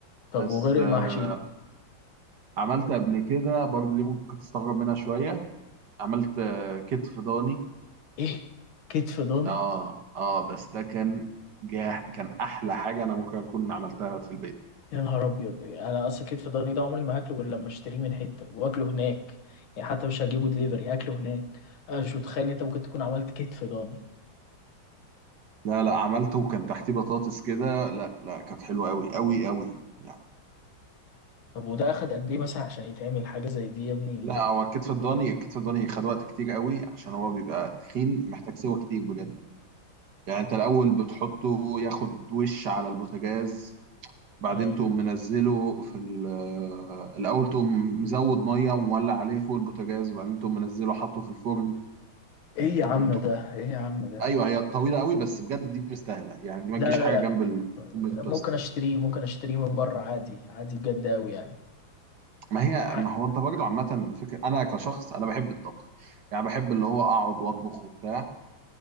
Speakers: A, on the left (about 80°); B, on the right (about 60°).
A: طب
B: بس
A: وغير
B: آه
A: المحشي
B: عملت قبل كده برضو دي ممكن تستغرب منها شويه عملت آه كتف ضاني
A: إيه كتف ضاني
B: اه اه بس ده كان جاه كان احلى حاجه انا ممكن اكون عملتها في البيت
A: يا نهار أبيض أنا أصلا كتف ضاني ده عمري ما هاكله غير لما أشتريه من حتة وآكله هناك يعني حتى مش هجيبه دليفري هاكله هناك أنا مش متخيل إن أنت ممكن تكون عملت كتف ضاني
B: لا لا عملته وكان تحتيه بطاطس كده لا لا كانت حلوه قوي قوي قوي يعني
A: طب وده أخد قد إيه مثلا عشان يتعمل حاجة زي دي يا ابني
B: لا هو الكتف الضاني الكتف الضاني خد وقت كتير قوي عشان هو بيبقى تخين محتاج سوا كتير بجد يعني انت الاول بتحطه ياخد وش على البوتاجاز بعدين
A: أيوه
B: تقوم منزله في ال- آه، الاول تقوم مزود ميه ومولع عليه فوق البوتاجاز وبعدين تقوم منزله حاطه في الفرن
A: إيه يا عم
B: بعدين
A: ده إيه يا عم ده
B: ايوه هي طويله قوي بس بجد دي مستاهله يعني دي
A: لا
B: ما تجيش
A: لا
B: حاجه
A: لا
B: جنب البيت
A: ممكن
B: بلاست
A: اشتريه ممكن اشتريه من بره عادي عادي بجد قوي يعني
B: ما هي
A: ح...
B: ما هو انت برضه عامه فكره انا كشخص انا بحب الطبخ يعني بحب اللي هو اقعد واطبخ وبتاع